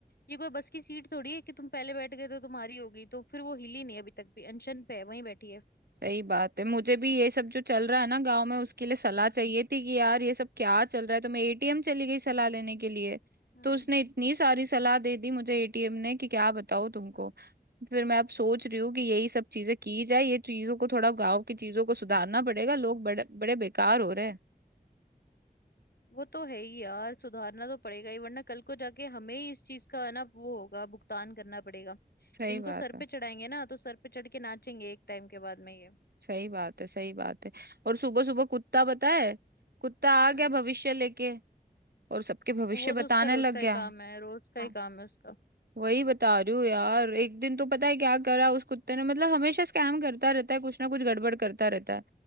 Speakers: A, on the left; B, on the right.
A: ये कोई बस की सीट थोड़ी है कि तुम पहले बैठ गए तो तुम्हारी हो गई तो फिर वो हिली नहीं अभी तक भी अनशन पे है वहीं बैठी है
B: सही बात है मुझे भी ये सब जो चल रहा है ना गांव में उसके लिए सलाह
A: हम्म
B: चाहिए थी कि यार ये सब क्या चल रहा है तो मैं एटीएम चली गई सलाह लेने के लिए
A: हम्म
B: तो उसने
A: हम्म,
B: इतनी सारी सलाह दे दी मुझे एटीएम ने कि क्या बताऊँ तुमको
A: हम्म।
B: फिर मैं अब सोच रही हूँ कि यही सब चीजें की जाए ये चीजों को थोड़ा गांव की चीजों को सुधारना पड़ेगा लोग बड़े बड़े बेकार हो रहे हैं
A: वो तो है ही यार सुधारना तो पड़ेगा ही वरना कल को जाके हमें ही इस चीज का है ना वो होगा भुगतान करना पड़ेगा
B: सही
A: इनको
B: बात
A: सर पे
B: है
A: चढ़ाएंगे ना तो सर पे चढ़ के नाचेंगे एक टाइम के बाद में ये
B: सही बात है सही बात है और सुबह सुबह कुत्ता पता है कुत्ता
A: हम्म
B: आ गया भविष्य लेके और सबके भविष्य
A: वो
B: बताने
A: तो उसका रोज
B: लग
A: का
B: गया
A: ही काम है रोज का
B: हाँ
A: ही काम है उसका
B: वही बता रही हूँ यार एक दिन तो पता है क्या करा उस कुत्ते ने मतलब हमेशा स्कैम करता रहता है कुछ ना कुछ गड़बड़ करता रहता है